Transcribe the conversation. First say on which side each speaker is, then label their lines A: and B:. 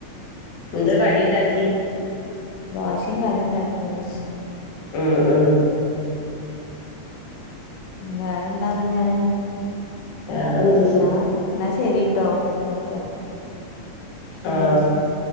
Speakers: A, on the left; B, on the left.
A: ന്താ കടിണ്ടാക്കി?
B: ദോശികറിണ്ടാക്കിന്ന്
A: ഉം ഉം
B: വേറെന്താ പിന്നെ
A: വേറെന്ത്‌
B: ന്നാ ന്നാ ശരീട്ടോ ഇന്നാ വെക്കാ പിന്നെ
A: ആഹ്
B: വിളി